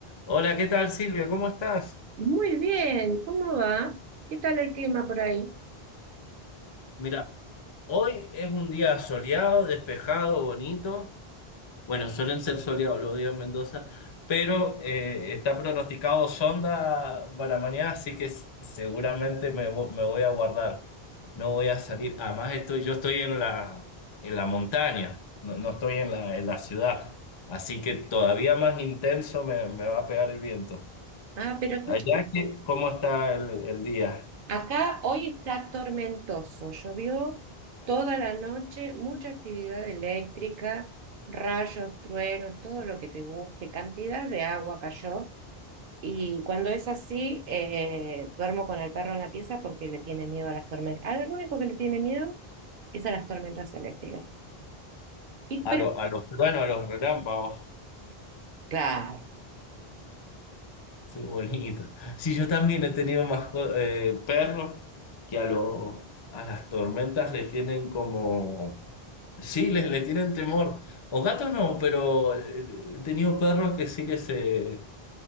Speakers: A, on the left; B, on the right.
A: Hola, ¿qué tal Silvia? ¿Cómo estás?
B: Muy bien, ¿cómo va? ¿Qué tal el clima por ahí?
A: Mira, hoy es un día soleado, despejado, bonito. Bueno, suelen ser soleados los días en Mendoza, pero eh, está pronosticado sonda para mañana, así que s- seguramente me, vo- me voy a guardar. No voy a salir. Además, estoy, yo estoy en la, en la montaña, no, no estoy en la, en la ciudad, así que todavía más intenso me, me va a pegar el viento.
B: Ah, pero escúchame,
A: Allá, ¿qué- ¿cómo está el, el día?
B: acá hoy está tormentoso, llovió toda la noche, mucha actividad eléctrica, rayos, truenos, todo lo que te guste, cantidad de agua cayó. Y cuando es así, eh, duermo con el perro en la pieza porque le tiene miedo a las tormentas. Al único que le tiene miedo es a las tormentas eléctricas. Y,
A: A,
B: pero,
A: lo- a los truenos, a los relámpagos.
B: claro.
A: <laughs> Qué bonito. Sí, yo también he tenido más perros que a, los a las tormentas le tienen como... Sí, les le tienen temor. O gatos no, pero eh, he tenido perros que sí que se,